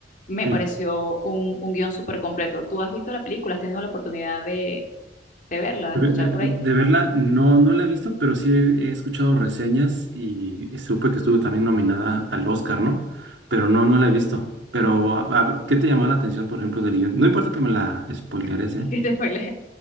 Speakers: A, on the left; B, on the right.
A: me
B: Sí,
A: pareció un, un guión súper completo. ¿Tú has visto la película? ¿Has tenido la oportunidad de, de verla, de
B: De,
A: escuchar
B: ver- de-
A: por
B: de
A: ahí?
B: verla, no, no la he visto, pero sí he escuchado reseñas y supe que estuvo también nominada al Oscar, ¿no? Pero no, no la he visto. Pero, a, a ver, ¿qué te llamó la atención, por ejemplo, del guión? No importa que me la spoileres,
A: <laughs>
B: ¿eh?
A: ¿Qué te spoilé?